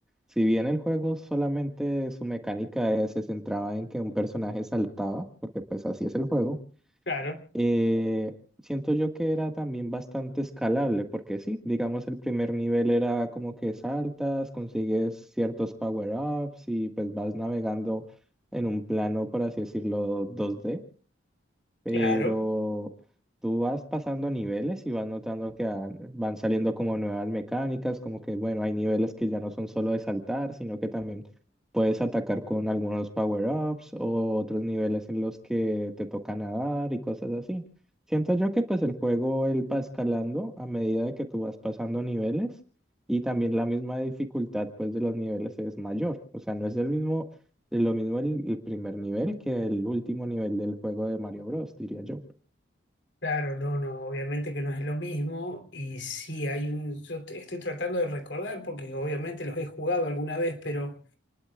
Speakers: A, in the centre; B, on the left (about 80°).
A: Si bien el juego solamente su mecánica eh, se centraba en que un personaje saltaba, porque pues así es el juego,
B: Claro,
A: eh, siento yo que era también bastante escalable, porque sí, digamos el primer nivel era como que saltas, consigues ciertos power-ups y pues vas navegando en un plano, por así decirlo, 2D pero
B: claro.
A: tú vas pasando niveles y vas notando que van van saliendo como nuevas mecánicas, como que, bueno, hay niveles que ya no son solo de saltar, sino que también puedes atacar con algunos power-ups o otros niveles en los que te toca nadar y cosas así. Siento yo que pues el juego él va escalando a medida de que tú vas pasando niveles y también la misma dificultad pues de los niveles es mayor, o sea, no es el mismo de lo mismo el, el primer nivel que el último nivel del juego de Mario Bros, diría yo.
B: Claro, no, no, obviamente que no es lo mismo y sí hay un, yo te- estoy tratando de recordar porque obviamente los he jugado alguna vez, pero